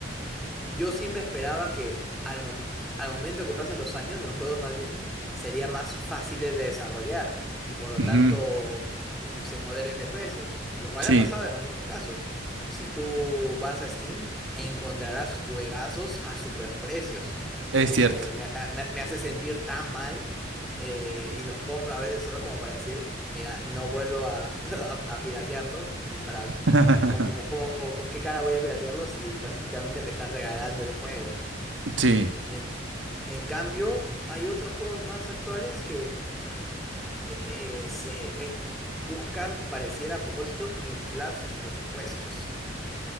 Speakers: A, in the centre; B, on the right.
A: yo siempre esperaba que al, mom- al momento que pasen los años, los juegos más bien serían más fáciles de desarrollar y por lo
B: Ujú.
A: tanto mm, se moderen de precios, lo cual
B: Sí,
A: ha pasado en algunos casos. Si tú vas a Steam, encontrarás juegazos a superprecios, que
B: es
A: me,
B: cierto.
A: me, me- me- me hace sentir tan mal eh, y los compro a veces solo como para decir, mira, no vuelvo a, <laughs> a, a piratearlo y para
B: <laughs>
A: ¿Cómo, cómo- con qué cara voy a piratearlo si prácticamente me están regalando el juego?
B: Sí,
A: En, en cambio, hay otros juegos más actuales que eh, se eh, buscan, pareciera a propósito, inflar sus presupuestos.